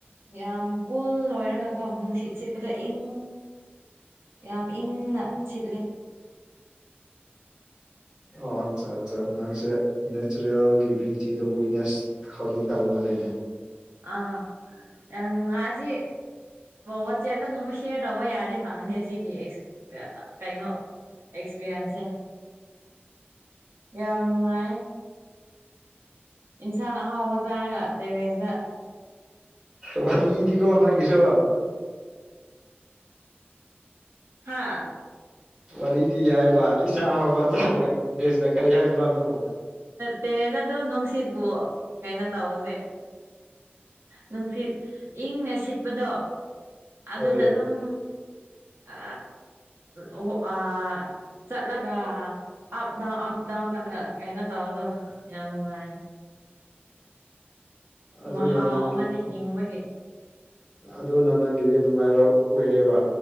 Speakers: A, on the right; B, on the right.
A: ꯌꯥꯝ ꯀꯨꯜ ꯑꯣꯏꯔꯒ ꯀꯣ ꯅꯨꯡꯁꯤꯠ ꯁꯤꯠꯄꯗ ꯏꯪ ꯌꯥꯝ ꯏꯪꯅ ꯁꯤꯠꯂꯦ
B: ꯑꯣ ꯑꯠꯆꯥ ꯑꯠꯆꯥ ꯅꯥꯡꯁꯦ ꯅꯦꯆꯔꯦꯜꯒꯤ ꯕ꯭ꯌꯨꯇꯤꯗ ꯋꯤꯛꯅꯦꯁ ꯍꯧꯖꯤꯛ ꯇꯧ ꯃꯥꯜꯂꯦ
A: ꯑꯥ ꯌꯥꯝ ꯅꯨꯡꯉꯥꯏ ꯑꯁꯤ ꯋꯥꯆꯦꯞꯇꯒꯨꯝꯕ ꯁꯦꯌꯔ ꯇꯧꯕ ꯌꯥꯔꯦ ꯐꯪꯅꯤ ꯁꯤꯒꯤ ꯀꯩꯅꯣ ꯑꯦꯛꯁꯄꯤꯔꯤꯟꯁꯦ ꯌꯥꯝ ꯅꯨꯡꯉꯥꯏ ꯏꯟꯁꯥꯡ ꯑꯍꯥꯎꯕ ꯆꯥꯔꯒ ꯇꯦꯔꯦꯁꯗ
B: ꯋꯥꯔꯤꯗꯤ ꯀꯣ ꯅꯪꯒꯤꯁꯨ
A: ꯍꯥꯥ
B: ꯋꯥꯔꯤꯗꯤ ꯌꯥꯏꯕ ꯏꯆꯥ ꯍꯧꯕ ꯆꯔꯒ ꯗꯦꯁꯅ ꯀꯔꯤ ꯍꯥꯏꯔꯤꯅꯣ ꯑꯗꯨꯅꯣ
A: ꯇꯦꯔꯦꯟꯅ ꯑꯗꯨꯝ ꯅꯨꯡꯁꯤꯠꯄꯨ ꯀꯩꯅꯣ ꯇꯧꯁꯦ ꯅꯨꯡꯁꯤꯠ ꯏꯪꯅ ꯁꯤꯠꯄꯗꯣ ꯑꯗꯨꯗ
B: ꯍꯣꯏ
A: ꯑꯗꯨꯝ ꯑ ꯑꯣ ꯑ ꯆꯠꯂꯒ ꯑꯞ ꯗꯥꯎꯟ ꯑꯞꯗꯥꯎꯟ ꯆꯠꯂꯒ ꯀꯩꯅꯣ ꯇꯧꯕꯗꯣ ꯌꯥꯝ ꯅꯨꯡꯉꯥꯏ
B: ꯑꯗꯨꯅ
A: ꯃꯍꯥꯎ
B: ꯅꯪꯒꯤ
A: ꯑꯃꯅ ꯍꯤꯡꯕꯒꯤ
B: ꯑꯗꯨꯅ ꯅꯪꯒꯤꯗꯤ ꯅꯨꯡꯉꯥꯏꯕ ꯑꯣꯏꯔꯦꯕ